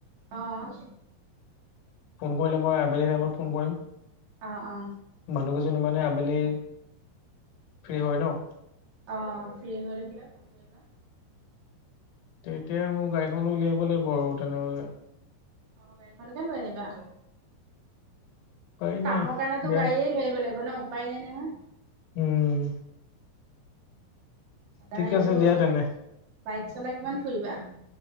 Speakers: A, on the right; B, on the left.
A: আহ
B: ফোন কৰিলে মই আবেলি টাইমত ফোন কৰিম
A: অ অ
B: মানুহকেইজনি মানে ফে মেলি ফ্ৰী হয় ন
A: আহ ফ্ৰী হৈ বোলে ফোন কৰিবা।
B: তেতিয়া মোৰ গাড়ীখনো উলিয়াইব লাগিব আৰু তেনেহলে।
A: অ গাড়ীখনৰ কে লৈ আহিবা
B: উপায়
A: কামৰ
B: নাই
A: কাৰণেতো
B: দিয়া
A: গাড়ীয়ে লৈ আহিব লাগিব ন উপায় নাই নহয়।
B: উম।
A: সদায়
B: ঠিক
A: আৰু
B: আছে দিয়া তেনে
A: বাইক চলাই কিমান ফুৰিবা?